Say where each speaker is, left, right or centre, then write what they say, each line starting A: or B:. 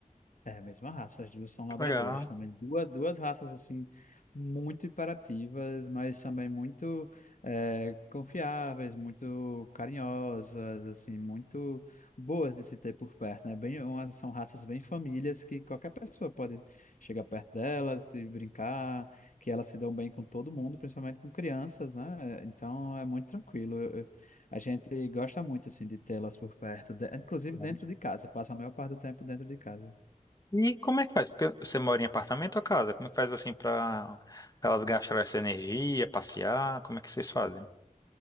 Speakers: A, on the left; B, on the left.
A: É a mesma raça, as duas são labradores
B: Que legal.
A: também. Duas, duas raças, assim, muito imperativas, mas também muito eh, confiáveis, muito carinhosas, assim, muito boas de se ter por perto, né? Bem, umas, são raças bem famílias que qualquer pessoa pode chegar perto delas e brincar, que elas se dão bem com todo mundo, principalmente com crianças, né? Então é muito tranquilo. Eu- eu- a gente gosta muito, assim, de tê-las por perto, de- inclusive
B: Legal.
A: dentro de casa, passa a maior parte do tempo dentro de casa.
B: E como é que faz? Porque você mora em apartamento ou casa? Como é que faz assim pra pra elas gastarem essa energia, passear? Como é que vocês fazem?